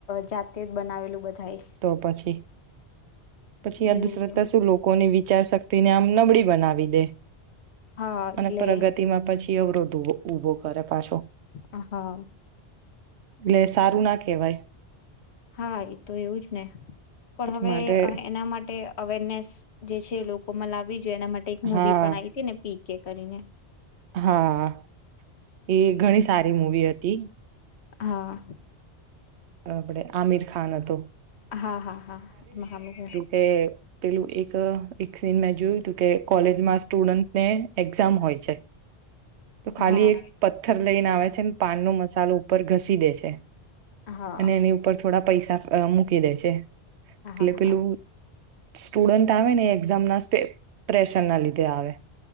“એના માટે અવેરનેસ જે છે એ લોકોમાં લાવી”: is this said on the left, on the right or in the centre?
Left